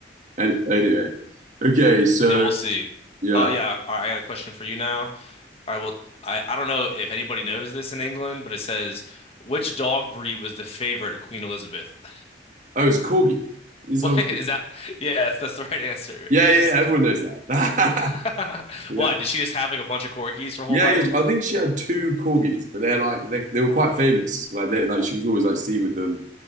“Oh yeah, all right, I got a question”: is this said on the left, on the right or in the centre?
Left